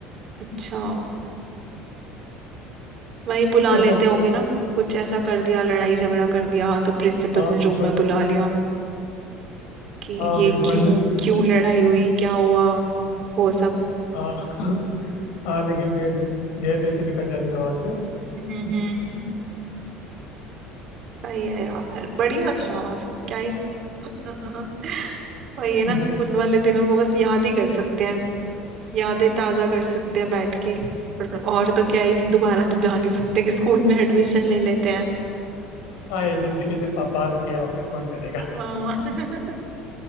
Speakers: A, on the right (about 35°); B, on the left (about 70°).
A: अच्छा वही बुला
B: मतलब
A: लेते होंगे ना कुछ ऐसा कर दिया लड़ाई झगड़ा कर दिया तो प्रिंसिपल
B: हाँ
A: ने
B: बिल्कुल
A: रूम में बुला लिया कि
B: हाँ
A: ये
B: बिल्कुल
A: क्यों क्यों लड़ाई हुई क्या हुआ वो सब
B: हाँ <laughs> हाँ लेकिन फिर जैसे तैसे निकल जाते थे वहां से
A: हम्म हम्म सही है यार बढ़िया था उस- क्या ही <laughs> वही है ना
B: हम्म,
A: उन वाले दिनों को बस याद ही कर सकते हैं यादें ताजा कर सकते हैं बैठ के पर और तो क्या ही दोबारा तो जा नहीं सकते कि स्कूल में एडमिशन ले लेते हैं
B: हाँ ये इतने मुश्किल से पा, पास किया है वापस कौन करेगा
A: हाँ <laughs>